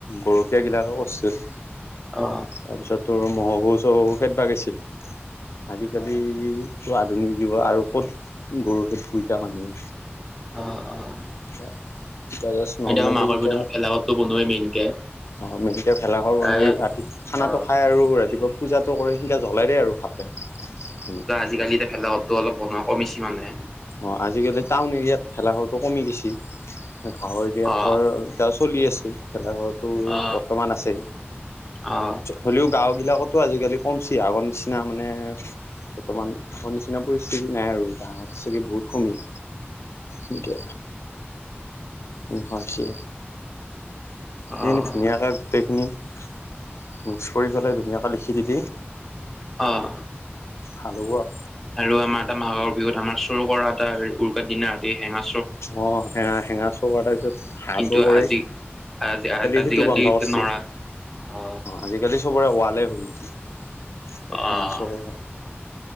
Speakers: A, on the left; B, in the centre.
A: গৰখীয়াগিলাকে কৰছে।
B: অ
A: তাৰপিছত তোৰ মহো, চহো খেদ বা গেছিল, আজিকালি এইটো আধুনিক যুগত আৰু ক'ত গৰু খেত দুইটা মানুহ
B: অ, অ।
A: <unintelligible>
B: এতিয়া মাঘৰ
A: ইনকে
B: বিহুদিনাখন ভেলাঘৰতো বনোৱেই মেইনকে
A: অ, মেনকে ভেলাঘৰ বনে
B: প্ৰায়
A: ৰাতি খানাটো
B: অ
A: খাই আৰু ৰাতিপুৱা পূজাটো কৰে সেনকা জ্বলাই দেই আৰু ভালকে, মানে
B: <unintelligible> টো অলপ বনোৱা কমিছে মানে
A: অঁ, আজিকালি টাউন এৰিয়াত ভেলাঘৰটো কমি গেছি গাঁৱৰ এৰিয়াত
B: অ
A: ধৰ এটিয়া চলি আছে, ভেলাঘৰৰতো
B: অ
A: বৰ্তমান আছে
B: অ
A: হ'লেও গাওঁ বিলাকটো আজিকালি কমচি আগৰ নিচিনা মানে বৰ্তমান আগৰ নিচিনা পৰিস্থিতি নাই আৰু এতিয়া আত চাগে বহুত কমিল এনকে অঁ, হৈছে। সেইখিনি
B: অ
A: ধুনীয়াকৈ
B: অ
A: গোটেইখিনি মিক্স কৰি পেলাই ধুনীয়াকৈ লিখি দিলি।
B: অঁ।
A: ভাল হ'ব।
B: আৰু আমাৰ এটা মাঘৰ বিহুত আমাৰ চোৰ কৰা এটা উৰুকাৰ দিনা সেঙা
A: অঁ, হেঙা হেঙা চুৰ কৰা তাৰ পিছত হাঁহ
B: কিন্তু
A: চুৰ কৰে।
B: আজি আজি আজিকালি
A: সেইটো বন্ধ
B: ইটো
A: কৰছি।
B: নৰা, অ।
A: আজিকালি চবৰে ৱালে হৈ উঠে, কত
B: অ',
A: হেঙা চোৰ